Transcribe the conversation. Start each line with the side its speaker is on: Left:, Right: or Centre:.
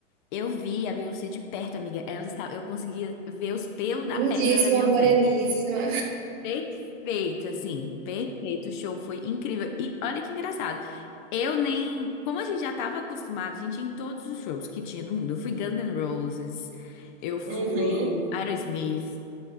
Left: Eu vi a Beyoncé de perto, amiga. Ela estava, eu conseguia ver os pelos
Right: Lindíssima,
Left: da perna da Beyoncé.
Right: moreníssima.
Left: Perfeito, assim, perfeito. O show foi incrível. E olha que engraçado. Eu nem. Como a gente já estava acostumado, a gente ia em todos os shows que tinha do mundo. Eu fui Guns N' Roses, eu fui
Right: Uhum.
Left: Aerosmith.